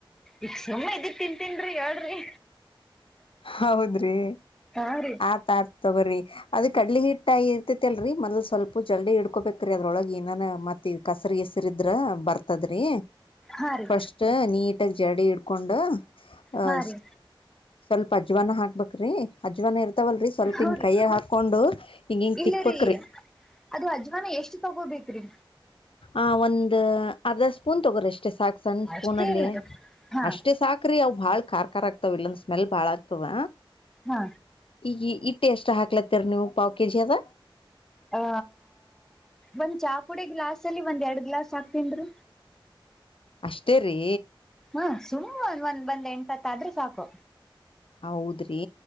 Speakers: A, in the centre; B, on the left (about 80°).
A: ಇಷ್ಟ ಸುಮ್ಮ ಇದಿ ತಿನ್ಂತೀನ್ಿ ಹೇಳ್ರಿ
B: ಹೌದ್ರಿ
A: ಹಾ ರೀ
B: ಆತ ಆತ ತ ಬರ್ರಿ ಅದ್ ಕಡ್ಲಿ ಹಿಟ್ಟ ಆಿರ್ತತಿಲ್ರಿೀ ಮೊದಲ್ ಸ್ವಲ್ಪ ಜಲ್ದಡಿ ಇಡ್ಕೊಬೇಕಕ್್ರೀ ಅದ್ರೊಳಗೆ ಏನ ಮತ್ತತ್ ಕಸ ಹೆಸರು ಇದ್ರ ಬರ್ತದ್ರಿ
A: ಹಾ ರೀ
B: ಫಸ್ಟ್ ನೀಟಾಗಿ ಜಡಿ ಇಡ್ಕೊಂಡು ಅ
A: ಹಾ ರೀ
B: ಸ್ವಲ್ಪ ಅಜ್ವನ ಹಾಕ್ಬೇಕ್ರೀ ಅಜ್ವನ ಇರ್ತವಲ್ರರಿ ಸ್ವಲ್ಪ
A: ಹೂ
B: ಹಿಂಗ
A: ರೀ
B: ಕೈಯ್ಯ ಹಾಕೊಂಡು ಹಿಂಗ ಹಿಂಗ
A: ಇಲ್ಲ
B: ತಿಕ್ಬಕ್್ರಿ
A: ರೀ ಅದು ಅಜ್ಮಾಾನ ಎಷ್ಟ್ ತಗೋಬೇಕ್ರಿ
B: ಆ ಒಂದ ಅರ್ಧ ಸ್ಪೂನ್ ತಗೋರಷ್ಟ ಅಷ್ಟೇ ಸಾಕ್ ಸಣ್ಣ್ ಸ್ಪೂನ್
A: ಅಷ್ಟೇ
B: ಅಲ್ಲಿ
A: ಅಲ್ರಿ ಹಾ
B: ಅಷ್ಟೇ ಸಾಕ್ರೀ ಭಾಳ ಖಾರ್ಖಾರ್ ಆಗ್ತವ ಇಲ್ಲಿಂದ ಸ್ಮೆಲ್ ಭಾಳ ಆಗ್ತದ
A: ಹಾ
B: ಈಗ ಇಟ್ಟು ಎಷ್ಟ ಹಾಕ್ಲತ್ತೀರ ನೀವು ಪಾವ್ ಕೆಜಿ ಅದ
A: ಆ ಒಂದ್ ಚಾಪುಡೆ ಗ್ಲಾಸ್ ಅಲ್ಲಿ ಒಂದ್ ಎರಡ್ ಗ್ಲಾಸ್ ಹಾಕ್ತನ್ರಿ
B: ಅಷ್ಟೇ ರೀ
A: ಹ್ಮ ಸುಮ ಒಂದ ಒಂದ್ ಬಂದ್ ಎಂಟತ್ತ ಆದ್ರೂ ಸಾಕು
B: ಹೌದ್ರಿ